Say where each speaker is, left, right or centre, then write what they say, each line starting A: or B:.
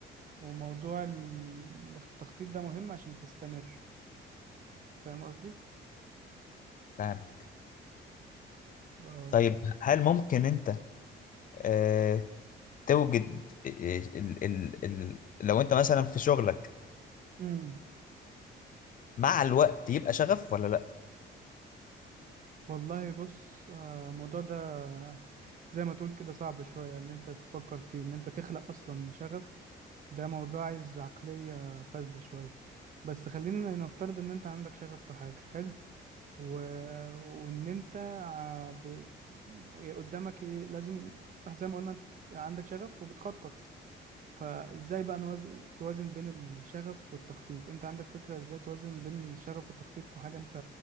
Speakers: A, on the right (about 40°); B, on the left (about 45°).
A: وموضوع ال- التخطيط ده مهم عشان تستمر فاهم قصدي
B: فاهمك
A: اه
B: طيب هل ممكن انت آه، توجد آه، ال ال ال لو انت مثلا في شغلك
A: امم
B: مع الوقت يبقى شغف ولا لا
A: والله بص آه، الموضوع ده زي ما تقول كده صعب شوية اللي انت تفكر فيه ان انت تخلق اصلا شغف ده موضوع عايز عقلية فذة شوية بس خلينا نفترض ان انت عندك شغف في حاجة حلو و... وان انت ع- ب... إيه قدامك ايه لازم زي ما قلنا عندك شغف وبتخطط فازاي بقى نوز... توازن بين الشغف والتخطيط انت عندك فكرة ازاي توازن بين الشغف والتخطيط في حاجة انت